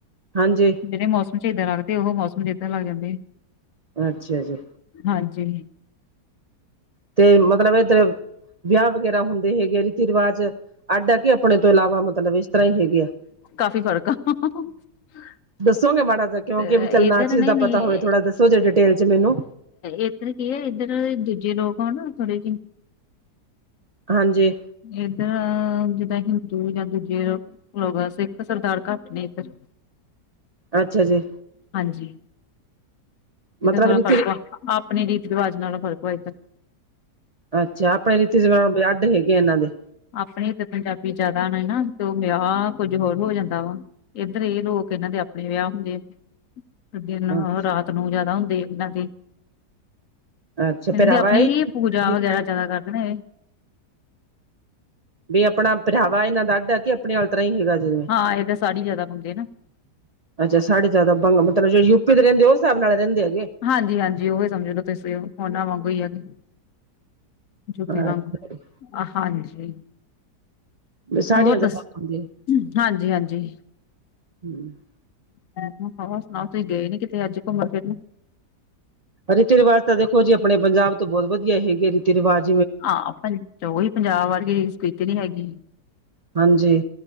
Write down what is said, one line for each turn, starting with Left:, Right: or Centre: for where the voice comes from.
Right: ਹਾਂਜੀ।
Left: ਜਿਹੜੇ ਮੌਮ ਚ ਇਦਾਂ ਲੱਗਦੇ ਉਹ ਮੌਸਮ ਚ <unintelligible> ਲੱਗ ਜਾਂਦੇ ਆ।
Right: ਅੱਛਾ ਜੀ।
Left: ਹਾਂਜੀ।
Right: ਤੇ ਮਤਲਬ ਇੱਧਰ ਵਿਆਹ ਵਗੈਰਾ ਹੁੰਦੇ ਹੈਗੇ ਆ ਰੀਤੀ ਰਿਵਾਜ਼ ਅੱਡ ਆ ਕੇ ਆਪਣੇ ਤੋਂ ਇਲਾਵਾ ਮਤਲਬ ਇਸ ਤਰ੍ਹਾਂ ਹੀ ਹੈਗੇ ਆ?
Left: ਕਾਫੀ ਫ਼ਰਕ ਆ <unintelligible>
Right: ਦੱਸੋਗੇ ਮਾੜਾ ਜਾ ਕਿਉਂਕਿ
Left: ਤੇ
Right: ਚੱਲ ਨਾ
Left: ਇੱਧਰ
Right: ਚੀਜ਼
Left: ਨਹੀਂ-ਨਹੀਂ
Right: ਦਾ ਪਤਾ ਹੋਵੇ ਥੋੜਾ ਦੱਸੋ ਜੇ ਡਿਟੇਲ ਚ ਮੈਨੂੰ।
Left: ਇੱਧਰ ਕੀ ਹੈ ਇੱਧਰ ਦੂਜੇ ਲੋਕ ਹੋਣ ਥੋੜੇ ਜਿਹੇ
Right: ਹਾਂਜੀ।
Left: ਇੱਧਰ <unintelligible> ਸਿੱਖ ਸਰਦਾਰ ਘੱਟ ਨੇ ਇੱਧਰ।
Right: ਅੱਛਾ ਜੀ।
Left: ਹਾਂਜੀ। ਇਧਰ
Right: ਮਤਲਬ
Left: ਥੋੜ੍ਹਾ
Right: ਰੀਤੀ
Left: ਫਰਕ ਵਾ ਆਪਣੇ ਰੀਤੀ ਰਿਵਾਜ ਨਾਲੋਂ ਫਰਕ ਵਾ ਏਧਰ।
Right: ਅੱਛਾ ਆਪਣੇ ਰੀਤੀ ਰਿਵਾਜ਼ <unintelligible> ਹੈਗੇ ਇਹਨਾਂ ਦੇ।
Left: ਆਪਨੇ ਏਧਰ ਪੰਜਾਬੀ ਜਾਦਾ ਨੇ ਨਾ ਤੇ ਉਹ ਵਿਆਹ ਕੁੱਝ ਹੋਰ ਹੋ ਜਾਂਦਾ ਵਾ। ਇੱਧਰ ਇਹ ਲੋਕ ਇਹਨਾਂ ਦੇ ਆਪਣੇ ਵਿਆਹ ਹੁੰਦੇ ਦਿਨ,
Right: ਅੱਛਾ
Left: ਰਾਤ ਨੂੰ ਜਿਆਦਾ ਹੁੰਦੇ ਆ ਇਹਨਾਂ ਦੇ।
Right: ਅੱਛਾ ਪਹਿਰਾਵਾ
Left: <unintelligible> ਆਪਣੀ
Right: ਹੈ
Left: ਹੀ ਪੂਜਾ ਵਗੈਰਾ ਜਿਆਦਾ ਕਰ ਦੇ ਨੇ ਇਹ,
Right: ਬਈ ਅਪਣਾ ਪਹਨਾਵਾ ਏਹਨਾਂ ਦਾ <unintelligible> ਆਪਣਿਆਂ ਤਰ੍ਹਾਂ ਹੀ ਹੈਗਾ? <unintelligible>
Left: ਹਾਂ ਇਹਦਾ ਸਾੜੀ ਜਿਆਦਾ ਪਾਉਂਦੇ ਨਾ
Right: ਅੱਛਾ ਸਾਡੇ ਜਾਦਾ <unintelligible> ਮਤਲਬ ਜਾ ਯੂਪੀ ਦੇ ਰਹਿੰਦੇ ਹੋ ਓਸ ਹਿਸਾਬ ਨਾਲ ਰਹਿੰਦੇ ਹੈਗੇ
Left: ਹਾਂਜੀ-ਹਾਂਜੀ ਓਹੀ ਸਮਝ ਲੋ ਤੁਸੀਂ ਉਹਨਾਂ ਵਾਂਗੂ ਹੀ ਹੈਗੇ ਯੂ
Right: ਅ
Left: ਪੀ ਵਾਂਗ ਹਾਂਜੀ
Right: ਸਾੜੀਆਂ
Left: ਹੋਰ
Right: ਜ਼ਿਆਦਾ
Left: ਦੱਸ?
Right: ਪਾਉਂਦੇ
Left: ਹਾਂਜੀ ਹਾਂਜੀ
Right: <unintelligible>
Left: ਹੋਰ ਸੁਣਾਓ ਤੁਸੀਂ ਗਏ ਨੀ ਕਿਤੇ ਅੱਜ ਘੁੰਮਣ ਫਿਰਨ?
Right: ਰੀਤੀ ਰਿਵਾਜ਼ ਤਾਂ ਦੇਖੋ ਜੀ ਆਪਣੇ ਪੰਜਾਬ ਤੋਂ ਬਹੁਤ ਵਧੀਆ ਹੈਗੇ ਰੀਤੀ ਰਿਵਾਜ਼
Left: ਆਹ ਪੰਜ ਉਹੀ ਪੰਜਾਬ ਵਰਗੀ ਰੀਸ ਤੇ ਨੀ ਹੈਗੀ
Right: ਹਾਂਜੀ